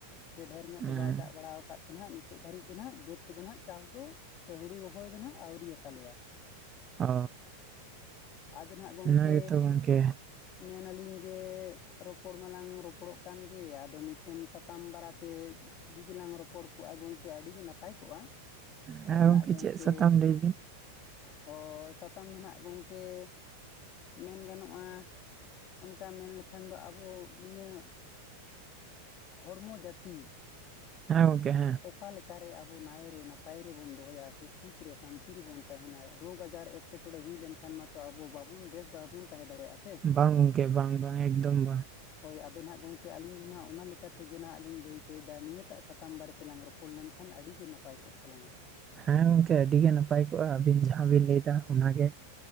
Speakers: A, on the left; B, on the right.
A: ᱥᱮ ᱰᱷᱮᱨ ᱧᱚᱜ
B: ᱦᱩᱸ
A: ᱫᱚ ᱵᱟᱭ ᱫᱟᱜ ᱵᱟᱲᱟ ᱟᱠᱟᱫ ᱾ ᱛᱮ ᱱᱟᱦᱟᱜ ᱱᱤᱛᱚᱜ ᱫᱷᱟᱹᱨᱤᱡ ᱫᱚ ᱱᱟᱦᱟᱜ ᱵᱟᱹᱫᱽ ᱠᱚᱫᱚ ᱱᱟᱦᱱᱟᱜ ᱪᱟᱥ ᱫᱚ ᱥᱮ ᱦᱩᱲᱩ ᱨᱚᱦᱚᱭ ᱫᱚ ᱱᱟᱦᱟᱜ ᱟᱹᱣᱨᱤᱭᱟᱛᱟᱞᱮᱭᱟ ᱾
B: ᱚ
A: ᱟᱫᱚ ᱱᱟᱦᱟᱸᱜ ᱜᱚᱝᱠᱮ
B: ᱚᱱᱟ ᱜᱮᱛᱚ ᱜᱚᱝᱠᱮ
A: ᱾ ᱢᱮᱱᱟᱞᱤᱧ ᱡᱮ ᱨᱚᱯᱚᱲ ᱢᱟᱞᱟᱝ ᱨᱚᱯᱚᱲᱚᱜ ᱠᱟᱱ ᱟᱫᱚ ᱢᱤᱫᱴᱮᱱ ᱥᱟᱛᱟᱢ ᱵᱟᱨᱟᱛᱮ ᱾ ᱡᱩᱫᱤ ᱞᱟᱝ ᱨᱚᱯᱚᱲ ᱠᱚᱜᱼᱟ ᱜᱚᱝᱠᱮ ᱟᱹᱰᱤ ᱜᱮ ᱱᱟᱯᱟᱭ ᱠᱚᱜᱼᱟ ᱾
B: ᱦᱮᱸ
A: ᱟᱫᱚ ᱱᱟᱜ ᱜᱚᱝᱠᱮ
B: ᱪᱮᱫ ᱥᱟᱛᱟᱢ ᱞᱟᱹᱭ ᱵᱤᱱ
A: ᱦᱚᱭ ᱥᱟᱛᱟᱢ ᱫᱚ ᱱᱟᱜ ᱜᱚᱝᱠᱮ ᱾ ᱢᱮᱱ ᱜᱟᱱᱚᱜᱼᱟ ᱚᱱᱠᱟ ᱢᱮᱱ ᱞᱮᱠᱷᱟᱱ ᱫᱚ ᱟᱵᱚ ᱱᱤᱭᱟᱹ ᱾ ᱦᱚᱲᱢᱚ ᱡᱟᱹᱛᱤ ᱾
B: ᱦᱮᱸ ᱜᱚᱝᱠᱮ ᱦᱮᱸ ᱾
A: ᱚᱠᱟ ᱞᱮᱠᱟ ᱨᱮ ᱟᱵᱚ ᱱᱟᱭᱨᱮ ᱱᱟᱯᱟᱭ ᱨᱮᱵᱚᱱ ᱫᱚᱦᱚᱭᱟ ᱥᱮ ᱥᱩᱠ ᱨᱮ ᱥᱟᱱᱛᱤ ᱨᱮᱵᱚᱱ ᱛᱟᱦᱮᱸᱱᱟ ᱨᱳᱜᱽ ᱟᱡᱟᱨ ᱮᱴᱠᱮᱴᱚᱬ ᱾ ᱮᱴᱠᱮᱴᱚᱲᱮ ᱦᱩᱭ ᱞᱮᱱᱠᱷᱟᱱ ᱢᱟᱛᱚ ᱟᱵᱚ ᱵᱟᱵᱚᱱ ᱵᱮᱥ ᱵᱟᱵᱚᱱ ᱛᱟᱦᱮᱸ ᱫᱟᱲᱮᱭᱟᱜᱼᱟ ᱾
B: ᱵᱟᱝ ᱜᱚᱝᱠᱮ ᱵᱟᱝ ᱵᱟᱝ ᱮᱠᱫᱚᱢ ᱵᱟᱝ ᱾
A: ᱦᱳᱭ ᱟᱫᱚ ᱱᱟᱦᱟᱜ ᱜᱚᱢᱠᱮ ᱟᱹᱞᱤᱧ ᱫᱚ ᱱᱟᱦᱟᱜ ᱚᱱᱟ ᱞᱮᱠᱟ ᱛᱮᱜᱮ ᱱᱟᱦᱟᱜ ᱞᱤᱧ ᱞᱟᱹᱭ ᱦᱚᱪᱚᱭᱮᱫᱟ ᱱᱤᱭᱟᱹᱴᱟᱜ ᱥᱟᱛᱟᱢ ᱵᱟᱨᱮ ᱛᱮ ᱾ ᱨᱚᱯᱚᱲ ᱞᱮᱱᱠᱷᱟᱱ ᱟᱹᱰᱤ ᱜᱮ ᱱᱟᱯᱟᱭ ᱠᱚᱜ ᱛᱟᱞᱟᱝᱟ ᱾
B: ᱦᱮᱸ ᱜᱚᱝᱠᱮ ᱟᱹᱰᱤ ᱜᱮ ᱱᱟᱯᱟᱭ ᱠᱚᱜᱼᱟ ᱟᱹᱵᱤᱱ ᱡᱟᱦᱟᱸ ᱵᱤᱱ ᱞᱟᱹᱭ ᱮᱫᱟ ᱚᱱᱟ ᱜᱮ ᱾